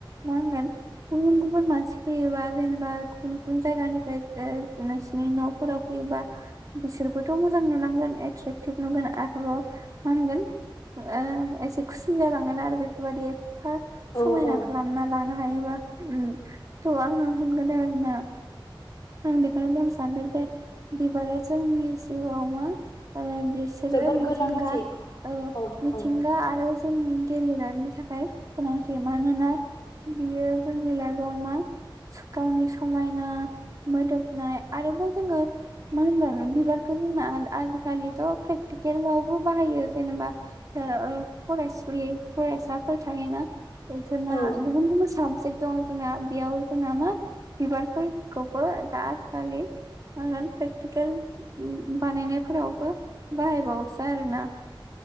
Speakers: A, on the right (about 40°); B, on the left (about 50°).
A: मा होनगोन गुबुन गुबुन मानसि फैयोबा जेनेबा गुबुन गुबुन जायगानिफ्राय ओ नोंसिनि न'फोराव फैयोबा बिसोरबोथ मोजां नुलांगोन एट्रेक्टिभ नुगोन आरोबाव माहोनगोन ओ एसे खुसिन जालांगोन आरो बेफोरबायदि हा
B: औ
A: समायना
B: औ
A: खालामना ला नो हायोबा उम थ आङो होनगोन आरो ना आं बेखौनो बुंनो सानदों जे बिबारा जोंनि जिउआव मा ओ बिसोरो
B: जोबोर
A: मिथिंगा
B: गोनांथि
A: ओ
B: औ
A: मिथिंगा
B: औ
A: आरो जोंनि दैलिलाइभनि थाखाय गोनांथि मानोना बियो जोंनि लाइफआव मा स गावनि समायना मोदोमनाय आरोबाव जोङो मा होनगोन बिबारखौ जोंना आजिखालिथ प्रेकटिकेलावबो बाहायो जेनेबा ओ फरायसुलि फरायसाफोर थायोना बेसोरना
B: औ
A: गुबुन गुबन साब जेक्थ जोंना बेयाव जोंना मा बिबारफोरखौ बो दा आजिखालि ओ प्रेकटिकेल बानायनायफोरावबो बाहायबावोसै आरो ना